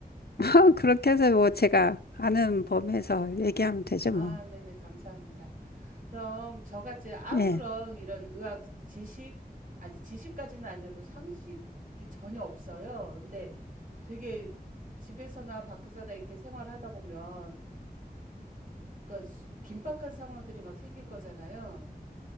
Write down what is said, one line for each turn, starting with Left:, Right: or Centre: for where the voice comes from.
Left: <laughs> 그렇게 해서 뭐 제가 아는 범위에서 얘기하면 되죠,
Right: 아,
Left: 뭐.
Right: 네네. 감사합니다. 그럼 저같이 아무런
Left: 예,
Right: 이런 의학 지식, 아니, 지식까지는 아니어도 상식이 전혀 없어요. 근데 되게 집에서나 밖에서나 이렇게 생활하다 보면 그러니까 긴박한 상황들이 막 생길 거잖아요.